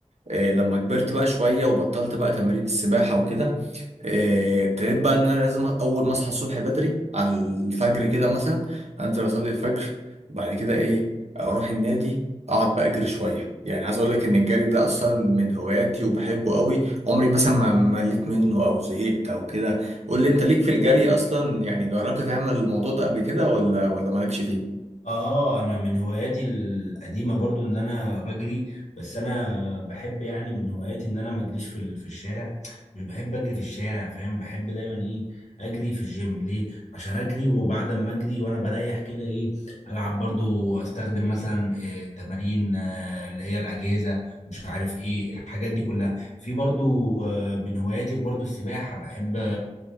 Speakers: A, on the right (about 60°); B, on the left (about 70°).
A: آه، لما كبرت بقى شوية وبطلت بقى تمارين السباحة وكده آه، ابتديت بقى إن أنا لازم أول ما أصحى الصبح بدري على الفجر كده مثلا أنزل أصلي الفجر وبعد كده إيه أروح النادي أقعد بقى أجري شوية يعني عايز أقول لك إن الجري ده أصلا من هواياتي وبحبه قوي عمري مثلا ما مليت منه أو زهقت أو كده قول لي أنت ليك في الجري أصلا يعني جربت تعمل الموضوع ده قبل كده ولا ولا مالكش فيه؟
B: اه انا من هواياتي القديمه برضو ان انا بجري بس انا بحب يعني من هواياتي ان انا ما اجريش في ال- في الشارع مش بحب اجري في الشارع فاهم بحب دايما ايه اجري في الجيم ليه عشان اجري وبعد ما اجري وانا بريح كده ايه العب برضو استخدم مثلا إيه تمارين آه، اللي هي الاجهزه مش عارف ايه الحاجات دي كلها في برضو آه، من هواياتي برضو السباحه بحب